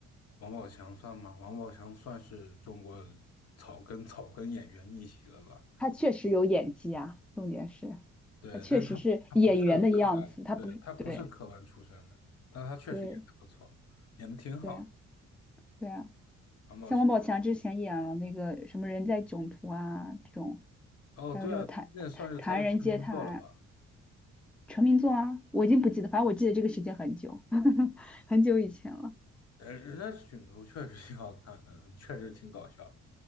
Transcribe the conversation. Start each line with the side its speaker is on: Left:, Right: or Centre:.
Left: 王宝强算吗？王宝强算是中国草根草根演员逆袭了吧？
Centre: 他确实有演技啊，重点是，
Left: 对，
Centre: 他确实是演员的样子，
Left: 但是他他不是科班，
Centre: 他不是，
Left: 对，他不是科班出身的，
Centre: 对
Left: 但他确实演的不错，
Centre: 对
Left: 演的挺好的。
Centre: 对啊对啊，
Left: 王宝强，
Centre: 像王宝强之前演了那个什么《人在囧途》啊这种，
Left: 哦，
Centre: 还有这种《唐唐唐人街探案》
Left: 对啊，那算是他的成名作了吧？
Centre: 成名作啊，我已经不记得，反正我记得这个时间很久，<laughs> 很久以前了。
Left: 人人家《囧途》确实挺好看，嗯，确实挺搞笑的